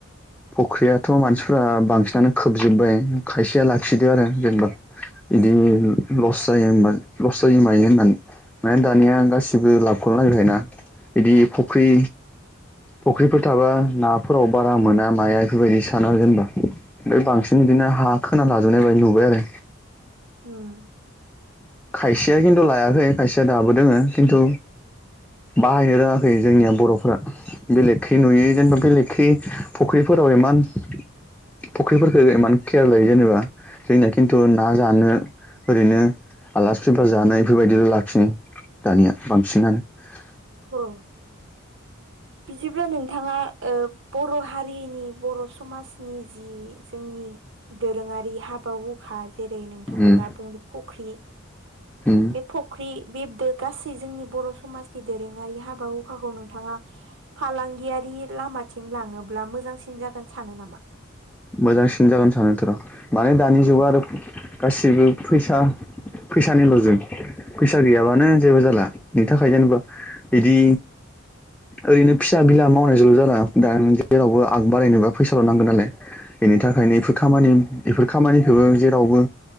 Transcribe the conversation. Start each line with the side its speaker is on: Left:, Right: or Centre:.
Centre: फख्रियाथ' मानसिफ्रा बांसिनानो खोबजोब्बाय खायसेया लाखिदो आरो जेनेबा। बिदि लस जायो होमबा लस जायो मायो होननानै माने दानिया गासिबो लाबखौ नागिरखायो ना बिदि फख्रि फुख्रिफोर थाबा नाफोराव बारा मोना माया बेफोरबायदि सानो आरो जेनेबा। बे बांसिन बिदिनो हा खोना लाजोबनाय बायदि नुबाय आरो।
Right: उम।
Centre: खायसेया खिन्थु लायाखै खायसेया दाबो दोङो खिन्थु बाहायनो रोङाखै जोंनिया बर'फोरा बेलेगखै नुयै जेनेबा बेलेगखै फुख्रिफोराव मानस फुख्रिफोरखौ इमान केयार लायो जेनेबा जोंनिया खिन्थु ना जानो ओरैनो आलासि फैबा जानाय बेफोरबायदिल' लाखिनो दानिया बांसिनानो।
Right: अ
Centre: <inaudible>
Right: बिदिब्ला नोंथाङा ओ बर' हारिनि बर' समाजनि जि जोंनि दोरोङारि हाबा हुखा जेरै नोंथाङा
Centre: उम
Right: दा बुंदों फख्रि
Centre: उम
Right: बे फख्रि बेदो गासै जोंनि बर' समाजनि दोरोङारि हाबा हुखाखौ नोंथाङा फालांगियारि लामाथिं लाङोब्ला मोजांसिन जागोन सानो नामा?
Centre: मोजांसिन जागोन सानोथ' र' माने दानि जुगाव आरो गासिबो फैसा फैसानिल' जुग फैसा गैयाबानो जेबो जाला नोंनि थाखाय जेनेबा बिदि ओरैनो फिसा बिला मावनायजोंल' जा जादों दा जेरावबो आग बारायनोबा फैसाल' नांगोन नालाय। बेनि थाखायनो बेफोर खामानि
Right: उम
Centre: बेफोर खामानिखौबो जेरावबो